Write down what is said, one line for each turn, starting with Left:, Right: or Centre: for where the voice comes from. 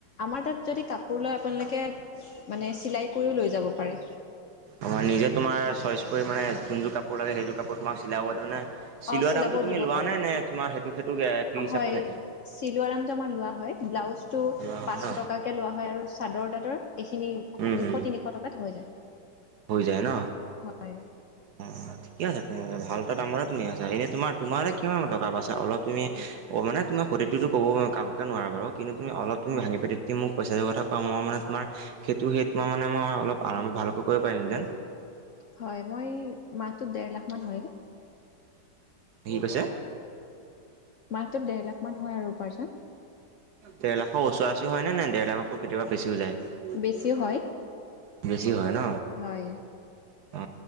Left: আমাৰ তাত যদি কাপোৰ লয় আপোনালোকে মানে চিলাই কৰিও লৈ যাব পাৰে।
Right: আমাৰ নিজে তোমাৰ চইচ কৰি মানে যোনযোৰ কাপোৰ লাগে, সেইযোৰ কাপোৰ তোমাক চিলাব মানে। চিলোৱা
Left: অ চিলাব
Right: দামটো তুমি
Left: দিব
Right: লোৱা
Left: পাৰে
Right: নে-নে তোমাৰ সেইটো-সেইটো ফ্ৰী হিচাপে
Left: হয়
Right: থাকে?
Left: চিলোৱা দামটো আমাৰ লোৱা হয়। ব্লাউজটো
Right: লোৱা হয়
Left: পাঁচশ
Right: ন
Left: টকা, লোৱা হয় আৰু চাদৰ-তাদৰ এইখিনি
Right: উম
Left: দুশ-তিনিশ
Right: উম
Left: টকাত হৈ যায়।
Right: হৈ যায় ন?
Left: হয়।
Right: উম-উম, ঠিকে আছে তুমি ভালটা দামৰে তুমি আছা এনে তোমাৰ তোমাৰ কিমান মান টকা বাছে? অলপ তুমি, অ, মানে তুমি সতটো ক'ব কাকোকে ৱাৰু কিন্তু অলপ তুমি
Left: হয়
Right: ভাঙি পাতি দিম মোক পইচাটো কথা কোৱা মই মানে তোমাৰ সেইটো সেই তোমাৰ মানে মই অলপ আৰাম ভালকৈ কৰিব পাৰিলোঁহেতেন?
Left: হয়, মই মাহটোত দেৰ লাখ মান হয়।
Right: কি কৈছে?
Left: মাহটোত ডেৰ লাখ মান হয় আৰু উপাৰ্জন।
Right: দেৰ লাখৰ ওচৰা-ওচৰি হয় নে নাই? দেৰ লাখকৈ কেতিয়াবা বেচিও যায়।
Left: বেছিও হয়
Right: বেছি হয় ন।
Left: হয়।
Right: অ,